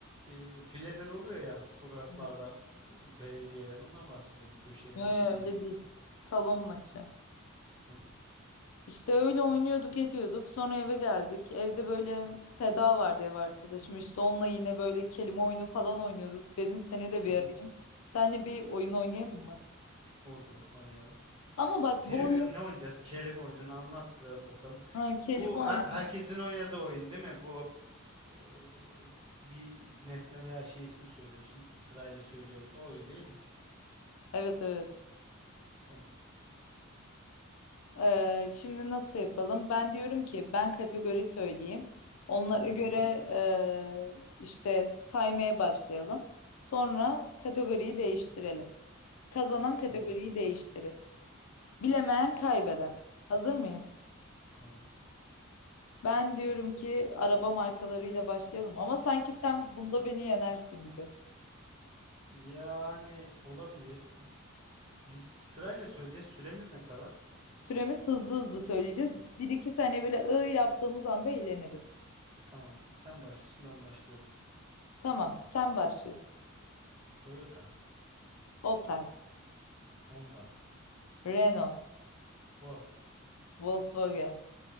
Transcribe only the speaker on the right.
e, fileler oluyor ya sokaklarda
e, belediyeler. Ondan bahsediyorum. Köşeleri
şey değil.
Hı
hı.
hı.
Olur, oynayalım.
Trivium
ne oynayacağız? Kelime oyununu anlat biraz bakalım.
Bu
her- herkesin oynadığı oyun değil mi? Bu Ee, bir nesne veya şey ismi söylüyorsun. Sırayla söylüyoruz. O oyun değil mi?
Tamam.
Hı
hı.
Tamam.
Tamam.
Yani olabilir. List sırayla söyleyeceğiz. Süremiz ne kadar?
Tamam. Sen başlıyorsun, ben başlıyorum.
Toyota,
Honda,
Ford,